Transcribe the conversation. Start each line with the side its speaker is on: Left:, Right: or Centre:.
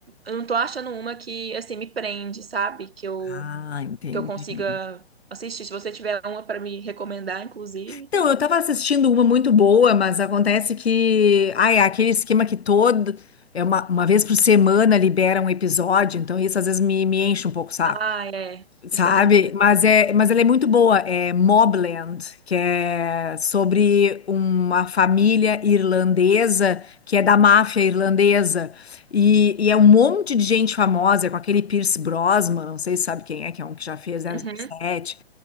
Right: eu não tô achando uma que, assim, me prende, sabe? Que eu,
Left: Ah, entendi.
Right: que eu consiga assistir. Se você tiver uma pra me recomendar, inclusive.
Left: Então, eu tava assistindo uma muito boa, mas acontece que, ah, é aquele esquema que todo, é uma, uma vez por semana libera um episódio, então isso às vezes me, me enche um pouco o saco.
Right: Ah, é.
Left: Sabe?
Right: Isso é ruim mesmo.
Left: Mas, é, mas ela é muito boa. É Mobland, que é sobre uma família irlandesa que é da máfia irlandesa. E, e é um monte de gente famosa, com aquele Pierce Brosnan, não sei se sabe quem é, que é um que já fez 007.
Right: Uhum.